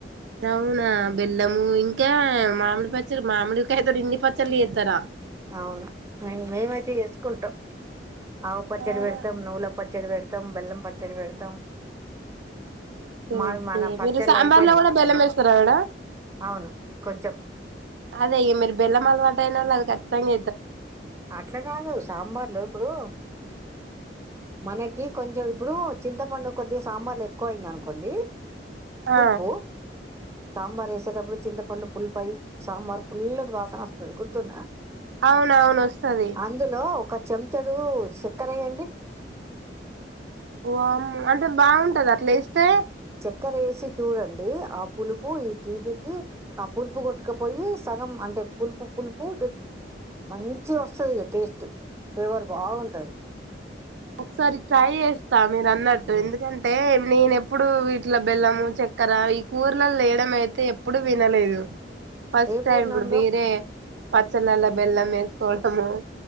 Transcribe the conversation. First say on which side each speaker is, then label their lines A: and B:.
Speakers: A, on the right (about 75°); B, on the right (about 15°).
A: అవునా బెల్లము ఇంకా మామిడి పచ్ <unintelligible> మామిడి కాయ్ తోటి ఇన్ పచ్చళ్ళు చేతర
B: అవును మేం మేముయితే చేసుకుంటాం అవ పచ్చరి
A: ఓకే
B: పెడతమ్ నువులా ప పచ్చడి పెడుతాం బెలం పచ్చడి పెడతాం
A: ఒకే
B: మావి
A: ఒకే
B: మన పచ్చళ్ళు
A: మీరు సాంబార్
B: అయిపోయినాయి
A: లో కూడా బెల్లం వేస్తారా మేడం
B: అవును కొంచెం
A: ఆహా వేయం బెల్లం అలవటయిన అది కచ్చతింగ
B: అట్లా కాదు సాంబార్లు ఇప్పుడు మనకి కొంచెం ఇప్పుడు చింతపండు కొద్దిగా సాంబార్లు ఎక్కువ అయింది అనుకోండి
A: ఆ
B: పులుపు సాంబార్ వేసే టప్పుడు చింత పుండు ఫుల్ పై సాంబార్ ఫుల్ వాసన వస్తాది గుర్తుందా
A: అవునవును వస్తది
B: అందులో ఒక చెంచడు సక్కరా వేయండి
A: వామ్మో అం తే బాగుంటదా అట్లా వేస్తే
B: చక్కర వేసి చూడండి ఆ పులుపు ఈ తీపికి ఆ పులుపు కొట్టుకపోయి సగం అంటే పులుపు పులుపు మంచిగా వస్తది ఇగ టేస్ట్ ఫ్లేవర్ బాగుంటది
A: ఒకసారి ట్రై చేస్ తాను మీరు అన్నట్టు
B: ఉమ్.
A: ఎందుకంటే నేనెప్పుడు వీటిలో బెల్లము చక్కెర ఈ కూరల లో వేయడం అయితే ఎప్పుడు వినలేదు ఫస్ట్
B: ఏ
A: టైం
B: పూర్ణంలో
A: ఇప్పుడు మీరే పచ్చ నల్ల బెల్లం వేసుకోవడము